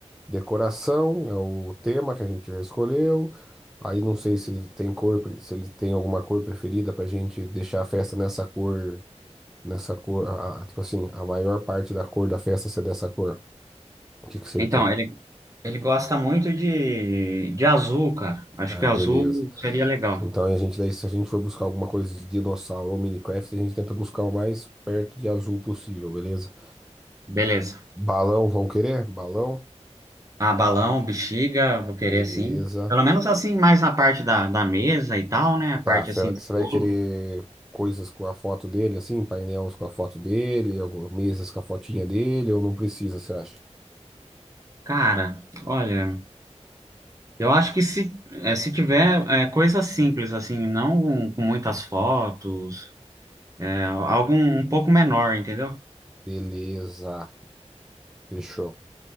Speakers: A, in the centre; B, on the right (about 30°).
A: Decoração é o tema que a gente já escolheu. Aí não sei se tem cor, pre- se ele tem alguma cor preferida pra gente deixar a festa nessa cor, nessa cor, a- a- tipo assim, a maior parte da cor da festa ser dessa cor. O que que você
B: Então,
A: tem?
B: ele, ele gosta muito de, de azul, cara. Acho
A: Ah,
B: que azul
A: beleza.
B: seria legal.
A: Então a gente daí, se a gente for buscar alguma coisa de dinossauro ou Minecraft, a gente tenta buscar o mais perto de azul possível, beleza?
B: Beleza.
A: Balão, vão querer? Balão?
B: Ah, balão, bexiga, vou querer
A: Beleza.
B: sim. Pelo menos assim, mais na parte da, da mesa e tal, né? A
A: Tá,
B: parte
A: você
B: assim do
A: vai
B: bolo.
A: querer coisas com a foto dele, assim, painéis com a foto dele, algumas mesas com a fotinha dele, ou não precisa, você acha?
B: Cara, olha, eu acho que se, eh, se tiver eh, coisa simples, assim, não com muitas fotos. Algo um pouco menor, entendeu?
A: Beleza, fechou.